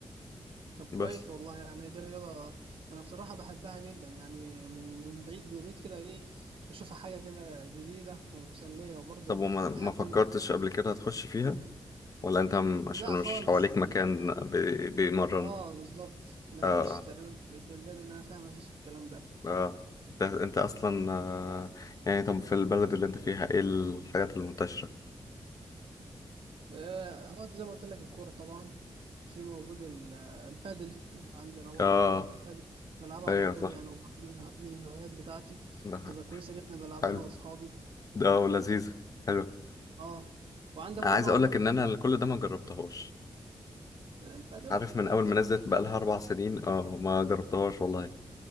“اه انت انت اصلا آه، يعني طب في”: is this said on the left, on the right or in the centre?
Left